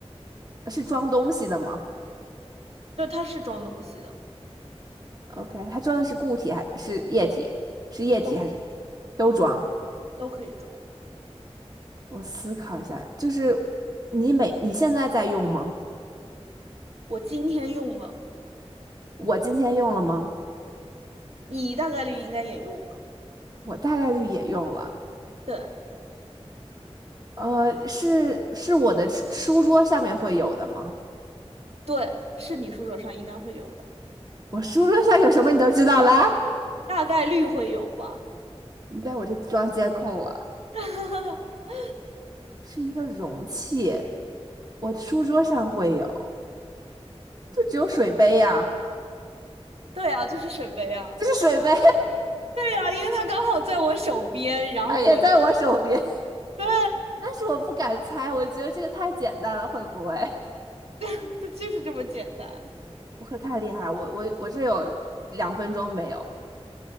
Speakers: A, on the right; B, on the right.
A: 是装东西的吗
B: 就它是装东西的，
A: ？OK，它装的是固体还是液体？是液体还是
B: 都
A: 都装？
B: 都可以装。
A: 我思考一下，就是你每你现在在用吗？
B: 我今天用了，
A: 我今天用了吗？
B: 你大概率应该也用了。
A: 我大概率也用了。
B: 对
A: 呃，是是我的吃书桌上面会有的吗？
B: 对，是你书桌上应该会有的，
A: 我书桌上有什么你都知道啦？
B: 大概率会有吧。
A: 你在我这装监控了，
B: <laughs>
A: 是一个容器，我书桌上会有，就只有水杯呀、
B: 对啊，就是水杯啊。
A: 这是水杯，
B: 对啊，因为它刚好在我手边，
A: <laughs>
B: 然后我就
A: 它也在我手边，
B: 对，
A: 但是我不敢猜，我觉得这个太简单了，会不会？<laughs>
B: <laughs> 它就是这么简单。
A: 我可太厉害，我我我这有两分钟没有，